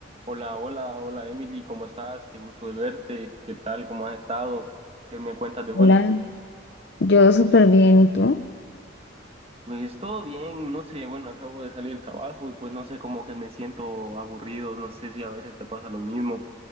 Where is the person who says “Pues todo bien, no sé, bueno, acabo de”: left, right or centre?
Right